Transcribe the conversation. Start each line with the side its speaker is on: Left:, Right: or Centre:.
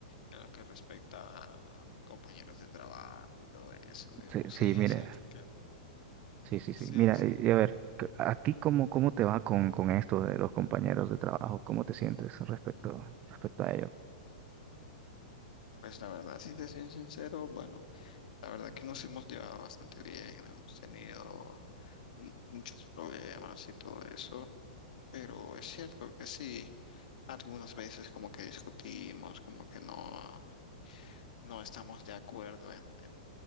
Left: En lo que respecta a compañeros de trabajo y todo eso, digamos,
Right: Sí, sí,
Left: sí,
Right: mire.
Left: es cierto que
Right: Sí, sí,
Left: sí,
Right: sí. Mira,
Left: sí.
Right: y- y a ver, c- ¿a ti cómo, cómo te va con, con esto de los compañeros de trabajo? ¿Cómo te sientes respecto, respecto a ello?
Left: Pues la verdad, si te soy sincero, bueno, la verdad que nos hemos llevado bastante bien, no hemos tenido mu- muchos problemas y todo eso, pero es cierto que sí, algunas veces como que discutimos, como que no. no estamos de acuerdo en, en,